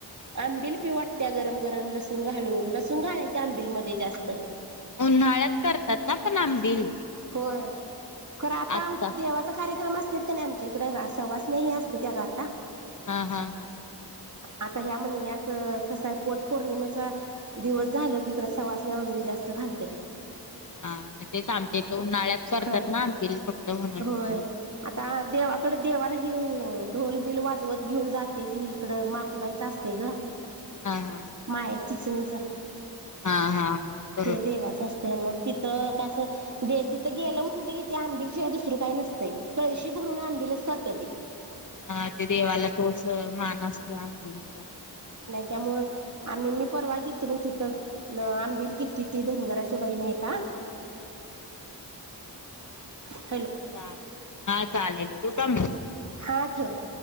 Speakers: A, on the right (about 45°); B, on the left (about 45°).
A: आंबिल पि वाटत्या गरम गरम लसूण घालून लसूण घालायच्या आंबिलमध्ये जास्त
B: उन्हाळ्यात करतात ना पण आंबिल
A: होय खरं आता
B: आत्ता.
A: देवाच कार्य कार्यक्रम असत का नाही आमच्या इकडे सहवासनेही असते त्या ग आता
B: हा हा हा
A: आता ह्या महिन्यात कस आहे पोट पौर्णिमेचा दिवस झाला किकड सवासण्या वगैरे जास्त घालते
B: हा मग तेच आमच्याथ उन्हाळ्यात करतात
A: हा
B: ना आंबि फक्त म्हणून
A: होय.
B: म्हे
A: आता देवाकडे देवाला ढोलबिल वाजवत घेऊन जाते ती इकडं माकूबाईच असते ग
B: हा हा
A: मा चिचणीच
B: हा हा बरोबर
A: ते देवाचं मग तिथं कसं तिथं गेलं म्हंटलं कि आंब शिवाय दुसरं काय नसतय कळशी पूर्ण आमबिलेस करते ते
B: हा ते देवाला तोच मान असतो आमदिरीचा
A: त्यामुं आम्ही मी परवा गेलती बघ तिथं आंबिल गेलती ती धनगराच्या बहिणी एका <inaudible>
B: चाले हा चालेल ठेवू का मी
A: हा ठेव